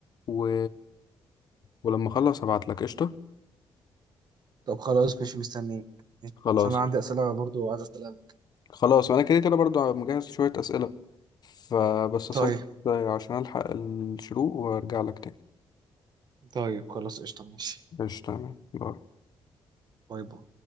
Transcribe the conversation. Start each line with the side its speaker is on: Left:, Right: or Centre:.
Left: و... ولما اخلص هبعت لك قشطة
Right: طب خلاص ماشي مستنيك
Left: خلاص
Right: عشان انا عندي اسئله برضو عايز اسالها لك.
Left: خلاص انا كده كده برضو مجهز شوية اسئلة فبس اصلي
Right: طيب
Left: عشان الحق الشروق وارجع لك تاني
Right: طيب خلاص قشطه ماشي
Left: قشطة تمام باي.
Right: باي باي